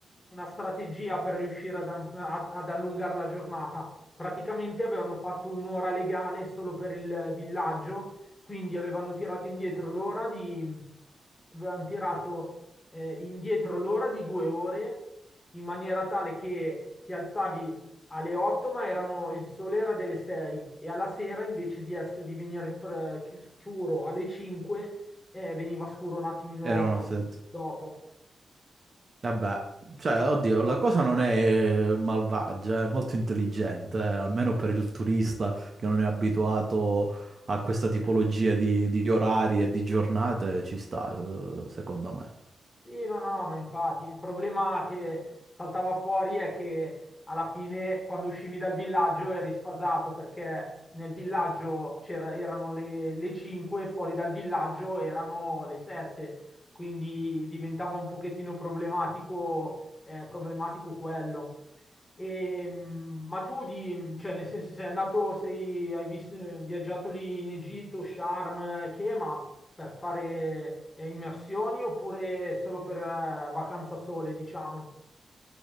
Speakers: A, on the left; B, on the right.
A: una strategia per riuscire ad, am- a- ad allungare la giornata. Praticamente avevano fatto un'ora legale solo per il villaggio quindi avevano tirato indietro l'ora di, avevano tirato eh, indietro l'ora di due ore in maniera tale che ti alzavi alle 8, ma erano, il sole era delle 6 e alla sera invece di, essere, di venire pre- chi- scuro alle 5 eh, veniva scuro un attimino
B: Erano set-
A: dopo.
B: Vabbè, cioè, oddio, la cosa non è eh, malvagia, è molto intelligente, eh, almeno per il turista che non è abituato a questa tipologia di, di orari e di giornate, ci sta, eh, secondo me.
A: Sì, no, no, no, ma infatti il problema che saltava fuori è che alla fine quando uscivi dal villaggio eri sfasato perché nel villaggio c'era- erano le, le 5, fuori dal villaggio erano le 7, quindi diventava un pochettino problematico, eh, problematico quello. Ehm, ma tu di, cioè, nel senso, sei andato, sei, hai vis- viaggiato lì in Egitto, Sharm e che, ma per fare eh, immersioni oppure solo per eh, vacanza sole, diciamo?